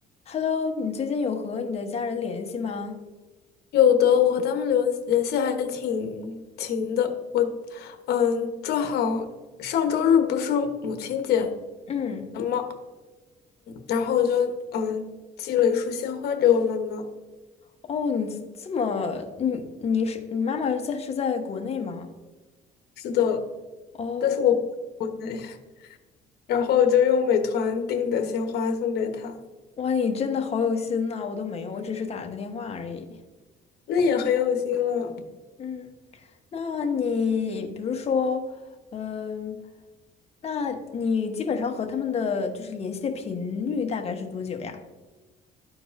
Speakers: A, on the left (about 35°); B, on the left (about 70°).
A: Hello，你最近有和你的家人联系吗？
B: 有的，我和他们留联系还挺勤的。我，嗯，正好上周日不是母亲节
A: 嗯，
B: 嘛，然后我就嗯寄了一束鲜花给我妈妈。
A: 哦，你这这么，你你是你妈妈在是在国内吗？
B: 是的，
A: 哦，
B: 但是我不在国内，<laughs> 然后我就用美团订的鲜花送给她，
A: 哇，你真的好有心呐，我都没有，我只是打了个电话而已。
B: 那也很有心了。
A: 嗯，那你比如说，嗯、那你基本上和他们的就是联系的频率大概是多久呀？